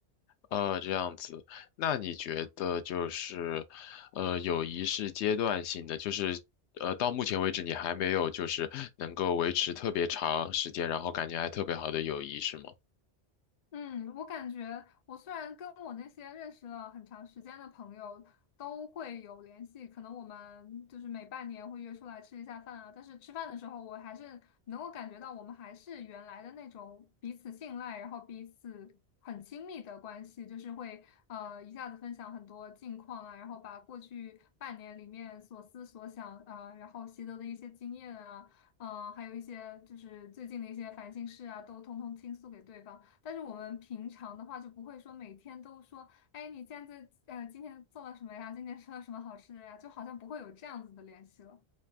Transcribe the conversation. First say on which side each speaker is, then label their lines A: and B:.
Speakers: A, on the left; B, on the left.
A: 呃这样子。那你觉得就是呃友谊是阶段性的，就是呃到目前为止你还没有就是能够维持特别长时间，然后感情还特别好的友谊是吗？
B: 嗯，我感觉我虽然跟我那些认识了很长时间的朋友都会有联系，可能我们就是每半年会约出来吃一下饭啊，但是吃饭的时候，我还是能够感觉到我们还是原来的那种彼此信赖，然后彼此很亲密的关系，就是会呃一下子分享很多近况啊，然后把过去半年里面所思所想啊，呃然后习得的一些经验啊，嗯、还有一些就是最近的一些烦心事啊，都通通倾诉给对方。但是我们平常的话就不会说每天都说，哎，你现在呃今天做了什么呀？今天吃了什么好吃的呀？就好像不会有这样子的联系了。